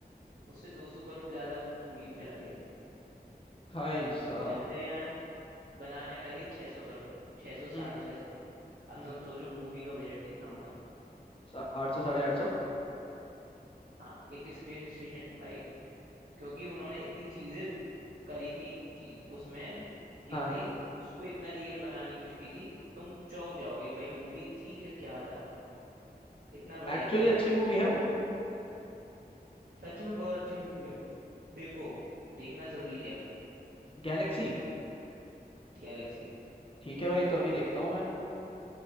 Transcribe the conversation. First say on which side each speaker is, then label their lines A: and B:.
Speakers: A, on the right (about 75°); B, on the left (about 35°).
A: उससे 200 करोड़ ज्यादा वो मूवी में लगे हैं
B: हाय साहब
A: चंद्रयान बनाने में लगे 600 करोड़ 600 साढ़े
B: हम्म
A: 600 अब
B: हम्म
A: तुम सोचो मूवी का बजट कितना होगा
B: सा- आठ सौ साढ़े आठ सौ
A: हाँ एक स्पेस स्टेशन भाई क्योंकि उन्होंने इतनी चीजें करी थी ची, उसमें कि
B: हाँ
A: भाई उसको इतना रियल बनाने की कोशिश की थी तुम चौंक जाओगे भाई मूवी थी या क्या था इतना बढ़िया
B: एक्चुअली
A: था भाई
B: अच्छी मूवी है वो
A: सच में बहुत अच्छी मूवी है देखो देखना जरूरी है
B: गैलेक्सी
A: गैलेक्सी
B: ठीक है भाई तो अभी देखता हूँ मैं